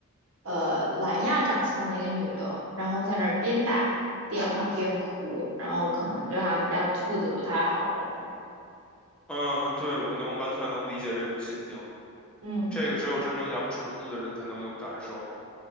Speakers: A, on the right (about 65°); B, in the centre.
A: 呃南亚长相的一个女的，然后在那儿边打电话边哭，然后可能就他们家兔子不太好了。
B: 嗯，对，我能完全能理解这种心情，
A: 嗯，
B: 这个只有真正养宠物的人才能有感受，